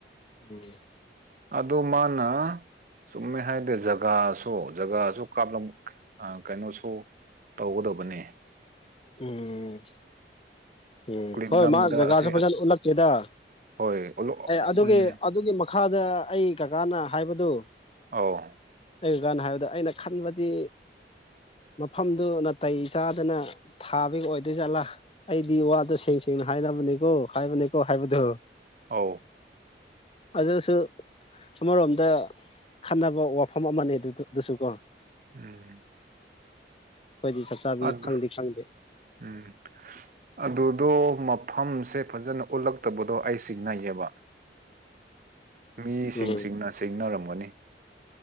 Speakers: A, on the left (about 30°); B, on the right (about 45°).
A: ꯎꯝ
B: ꯑꯗꯨꯗ ꯃꯥꯅ ꯆꯨꯝꯃꯦ ꯍꯥꯏꯗꯤ ꯖꯒꯥꯁꯨ ꯖꯒꯥꯁꯨ ꯀꯥꯞꯂꯝ ꯑ ꯀꯩꯅꯣꯁꯨ ꯇꯧꯒꯗꯕꯅꯤ
A: ꯎꯝ ꯎꯝ
B: ꯀ꯭ꯂꯤꯞ
A: ꯍꯣꯏ
B: ꯅꯝꯕꯗ
A: ꯃꯥ ꯖꯒꯥꯁꯨꯦ
B: ꯑꯁꯤ
A: ꯐꯖꯅ
B: ꯑꯁ
A: ꯎꯠꯂꯛꯀꯦꯗ
B: ꯍꯣꯏ ꯑꯣꯂꯣ
A: ꯑꯦ ꯑꯗꯨꯒꯤ
B: ꯎꯝ
A: ꯑꯗꯨꯒꯤ ꯃꯈꯥꯗ ꯑꯩ ꯀꯀꯥꯅ ꯍꯥꯏꯕꯗꯨ
B: ꯑ
A: ꯒꯅ ꯍꯥꯏꯕꯗ ꯑꯩꯅ ꯈꯟꯕꯗꯤ ꯃꯐꯝꯗꯨ ꯅꯥꯇꯩ ꯆꯥꯗꯅ ꯊꯥꯕꯒꯤ ꯑꯣꯏꯗꯣꯏ ꯆꯥꯠꯂꯥ ꯑꯩꯗꯤ ꯋꯥꯗꯣ ꯁꯦꯡꯁ ꯍꯥꯏꯥꯏ ꯂꯕꯅꯤ ꯀꯣ ꯍꯥꯏꯕꯅꯤ ꯀꯣ ꯍꯥꯏꯕꯗꯨ
B: ꯑ
A: ꯑꯗꯁꯨ ꯑꯃꯔꯣꯝꯗ ꯈꯟꯅꯕ ꯋꯥꯐꯝ ꯑꯃꯅꯦ ꯑꯗꯨ ꯑꯗꯨꯁꯨ ꯀꯣ
B: ꯎꯝ
A: ꯑꯩꯈꯣꯏꯗꯤ ꯆꯥꯛ ꯆꯥꯕꯤ
B: ꯑꯗꯨ
A: ꯈꯪꯗꯦ ꯈꯪꯗꯦ
B: ꯎꯝ ꯑꯗꯨꯗꯣ ꯃꯐꯝꯁꯦ ꯐꯖꯅ ꯎꯠꯂꯛꯇꯕꯗꯣ ꯑꯩꯁꯦ ꯁꯤꯡꯅꯩꯌꯦꯕ ꯃꯤꯁꯤꯡꯁꯤꯡꯅ
A: ꯎꯝ
B: ꯁꯤꯡꯅꯔꯝꯒꯅꯤ